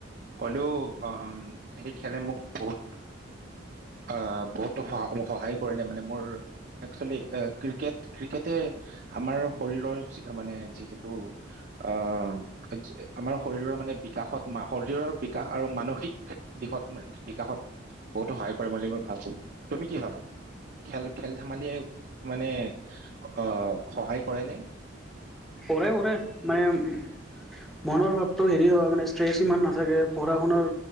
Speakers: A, on the right; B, in the centre.
A: হলেও আহ সেই খেলে মোক বহুত আহ বহুত সহায় কৰিলে। মানে মোৰ একচুৱেলি। ক্ৰিকেট ক্ৰিকেটে আমাৰ শৰীৰৰ মানে যিহেতু আহ আমাৰ শৰীৰৰ মানে বিকাশত শৰীৰৰ বিকাশ আৰু মানসিক দিশত ম বিকাশত বহুতো সহায় কৰে বুলি মই ভাবো, তুমি কি ভাবা খেল খেল ধেমালিয়? মানে আহ সহায় কৰে নে?
B: কৰে কৰে মানে মনৰ ভাৱটো হেৰি হয় মানে ষ্ট্ৰেছ ইমান নাথাকে পঢ়া শুনাৰ